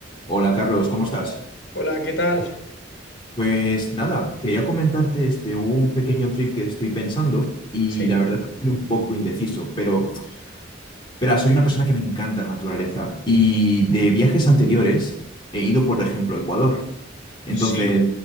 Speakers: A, on the left; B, on the left.
A: Hola Carlos, ¿cómo estás?
B: Hola, ¿qué tal?
A: Pues nada, quería comentarte este un pequeño trip que estoy pensando y
B: Sí,
A: la verdad que estoy un poco indeciso, pero verá, soy una persona que me encanta la naturaleza y de viajes anteriores he ido, por ejemplo, a Ecuador. Entonces,
B: Sí,